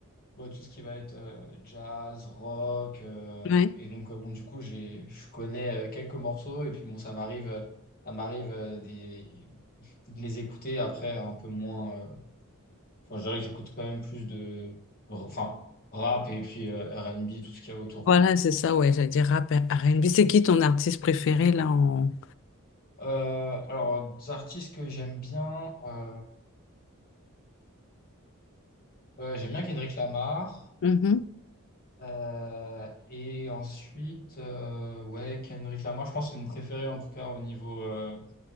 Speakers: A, on the left; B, on the left.
A: Bon, tout ce qui va être euh, jazz, rock. euh,
B: ouais.
A: et donc, euh, bon, du coup, j'ai, je connais euh, quelques morceaux. Et puis, bon, ça m'arrive, euh, ça m'arrive euh, des, de les écouter après un peu moins. euh, Enfin, je dirais que j'écoute quand même plus de, enfin, rap et puis euh, R&B, tout ce qu'il y a autour,
B: Voilà,
A: quoi.
B: c'est ça, ouais, j'allais dire rap, R&B. C'est qui ton artiste préféré, là, en...
A: Euh, alors, des artistes que j'aime bien, euh, euh, j'aime bien Kendrick Lamar.
B: Mhm,
A: euh, et ensuite, euh, ouais, Kendrick Lamar, je pense que c'est mon préféré en tout cas au niveau, euh,